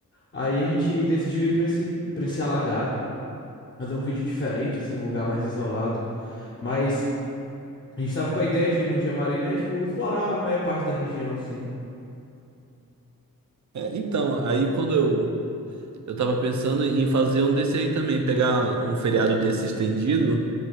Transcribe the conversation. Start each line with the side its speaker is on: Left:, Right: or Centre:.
Left: Aí a gente decidiu ir pra esse, pra esse alagado, fazer um vídeo diferente, assim, num lugar mais isolado. Mas a gente tava com a ideia de ir no Jamari, né, tipo, explorar a maior parte da região, assim.
Right: É, então, aí quando eu, eu tava pensando em fazer um desse aí também, pegar um feriado desse estendido